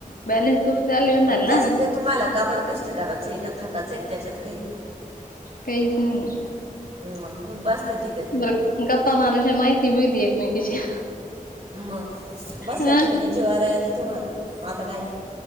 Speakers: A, on the left; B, on the right.
A: ब्यालनस सुर्तीलल
B: त्याच्यात
A: ना
B: काही तुम्हाला कापड कष्ट करायच आहे का थकाचं एक त्याच्यात काही
A: काहीच नाही
B: मग मग बसल्या ठिकाणी
A: बर गप्पा मझच्या माहिती भीतीी एकमेकीची
B: मग बसल्या
A: हा
B: ठिकाणी जिवार याेतं तुम्हाला मग आता काय